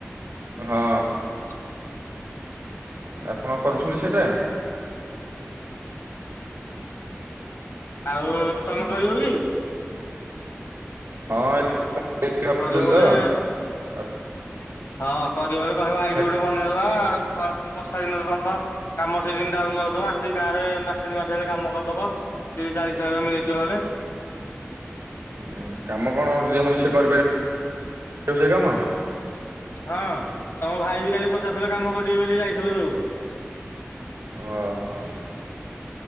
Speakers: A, on the right (about 80°); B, on the left (about 75°).
A: ହଁ।
B: ହ।
A: ଆପଣ କରୁଛନ୍ତି ସେଇଟା?
B: ଆଉ ତମେ କରିବ କି?
A: ହଁ। କରିଦେଲି
B: କିରିବ ବୋଲେ
A: ତ ଆଉ
B: ହଁ କରିବ ବୋଲି କହିବ ଆଇଡି
A: ହେକ୍
B: ଗୋଟେ ବନେଇଦବା, ଖରାଦିନ ବର୍ଷା ଦିନରେ ତମର କାମ ସିଜିନ୍ ଡାଉନ୍ <unintelligible> ଆସିକି ଗାଁରେ ମାସେ ଦି ମାସେ ହେଲେ କାମ କରିଦବ। ତିରିଶ୍ ଚରିଶ୍ ହଜାରେ ମିଳିଯିବ ହେଲେ।
A: ହୁଁ କାମ କଣ ଯିଏ ମନ ସିଏ କରିପାରିବ ସେ କାମ?
B: ହଁ ତମ ଭାଇ ବି କାଲି ପଚାରୁଥିଲେ କାମ କରିବେ ବୋଲି ଯାଇଥିଲ ଯୋଉ।
A: ଓହୋ।